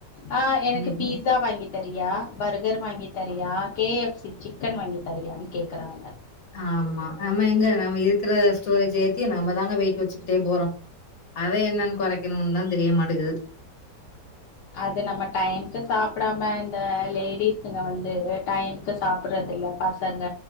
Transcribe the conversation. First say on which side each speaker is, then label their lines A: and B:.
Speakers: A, on the left (about 75°); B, on the left (about 55°).
A: ஆஹ் எனக்கு
B: ம்.
A: பீட்ஸா வாங்கி சரியா பர்கர் வாங்கி சரியா K F C sick chicken வாங்கி தரியான்னு கேக்குறாங்க
B: ஆமா நம்ம எங்க நம்ம இருக்கிற ஸ்டோரேஜ் ஏத்தி நம்மதாங்க வெயிட் வச்சுக்கிட்டே போறோ அத என்னன்னு
A: ஆ
B: கொறைக்கணுன்னுதா தெரியமாட்டிங்கிது
A: அது நம்ம டைமுக்கு சாப்டாம இந்த லேடிஸுங்க வந்து டைம்க்கு சாப்பிடுறது இல்ல பசங்க